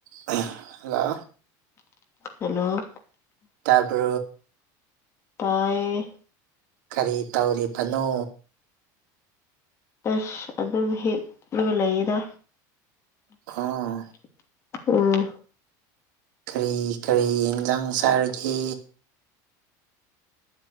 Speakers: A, on the right (about 80°); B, on the left (about 30°).
A: hello
B: hello
A: ꯇꯥꯄꯣ
B: ꯇꯥꯏ
A: ꯀꯔꯤ ꯇꯧꯔꯤꯕꯅꯣ
B: ꯑꯁ ꯑꯗꯨꯝ ꯍꯤꯂꯒ ꯂꯩꯗ
A: ꯑꯥ
B: ꯎꯝ
A: ꯀꯔꯤ ꯀꯔꯤ ꯑꯦꯟꯁꯥꯡ ꯆꯥꯔꯒꯦ